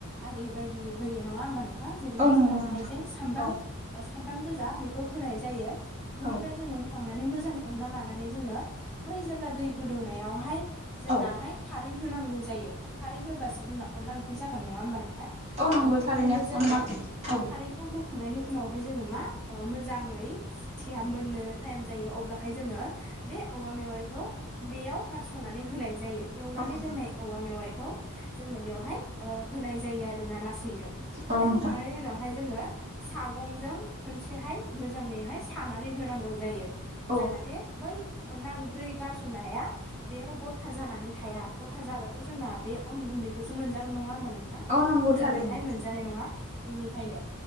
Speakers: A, in the centre; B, on the right (about 30°).
A: आरि बायदि होयो नङा होमबा नों हा जेरैहाय
B: औ नंगौ
A: जोंना
B: नोंथां
A: हायजें, सामब्राम
B: औ
A: ओ सामब्राम गोजा बेखौ होनाय जायो। बिनिफ्राय
B: औ
A: जोङो होखांनानै मोजां एवना लानानै जोङो बै जेब्ला दै गोदौनायावहाय जोंनाहाय
B: औ
A: खारै होनांगौ जायो खारै होबासो जोंना अनला ओंख्रि जागोन नङा होमबा नों ना
B: औ नंगौ
A: ओ बेनिखायनो
B: थारैनो
A: जोङो
B: अनला औ
A: खारै खौ होखांनायनि उनावहाय जोङो मा ओ मोजाङै जिथिया मोननो टाइम जायो अब्लाहाय जोङो बे औवा मेवाइखौ बेयाव गारस'नानै होनाय जायो। एवनानै
B: औ नोंथां
A: दोननाय औवा मेवाइखौ जोङो बेवहाय ओ होनाय जायो आरो ना लासै हैनो
B: औ
A: बे
B: नोंथां
A: होखांनायनि उनावहाय जोङो सागंजों खनसेहाय मोजाङैहाय सानानै होनांगौ जायो।
B: औ
A: जाहाथे बै अनना ओंख्रै गारसननाया बेयाव गथा जानानै थाया गथा जाबाथ' जोंना बे अन गुन्दैखौसो मोनजागोन नङा होमबा नों नोंथां
B: औ नंगौ
A: मोजाङैहाय
B: थारैनो
A: मोनजानाय नङा बेनिखायनो